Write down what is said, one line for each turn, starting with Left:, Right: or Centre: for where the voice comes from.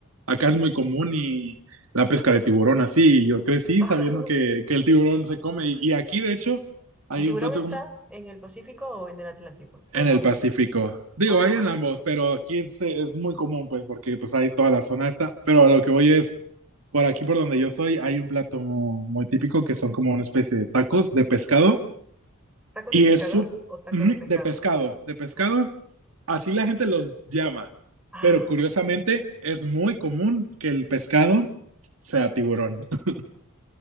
Right: Acá es muy común y la pesca de tiburón así, y yo crecí
Centre: <laughs>
Right: sabiendo que, que el tiburón se come, y, y aquí de hecho hay
Centre: ¿El tiburón
Right: un plato
Centre: está en el Pacífico o en el Atlántico? ¿O
Right: en
Centre: en
Right: el
Centre: ambos?
Right: Pacífico. Digo,
Centre: Ah,
Right: hay en ambos, pero aquí es, es muy común, pues, porque pues hay toda la zona esta. Pero a lo que voy es, por aquí por donde yo soy, hay un plato muy típico que son como una especie de tacos de pescado.
Centre: <laughs> ¿Tacos
Right: Y
Centre: de pescador
Right: es su...
Centre: o tacos
Right: ujú,
Centre: de pescado?
Right: De pescado, de pescado.
Centre: ah,
Right: Así la gente los llama.
Centre: ah,
Right: Pero curiosamente,
Centre: ok.
Right: es muy común que el pescado sea tiburón. <laughs>